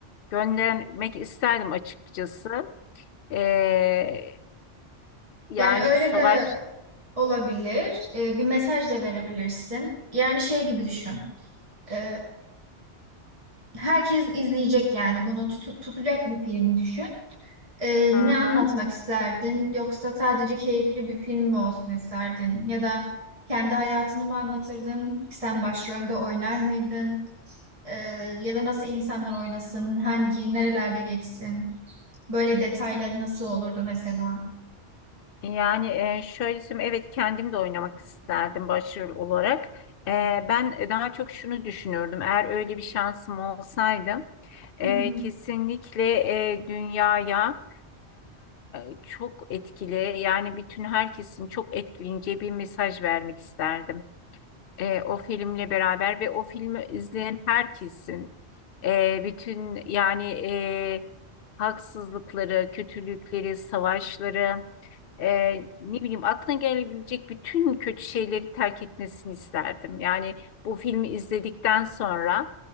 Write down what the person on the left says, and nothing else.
Göndermek isterdim açıkçası. E, yani
savaş
Hı
hı.
Yani e, şöyle söyleyeyim, evet kendim de oynamak isterdim başrol olarak. E, ben daha çok şunu düşünürdüm. Eğer öyle bir şansım olsaydı e,
kesinlikle e, dünyaya e, çok etkili yani bütün herkesin çok etkileyeceği bir mesaj vermek isterdim. E, o filmle beraber ve o filmi izleyen herkesin e, bütün yani e, haksızlıkları, kötülükleri, savaşları e, ne bileyim aklına gelebilecek bütün kötü şeyleri terk etmesini isterdim. Yani bu filmi izledikten sonra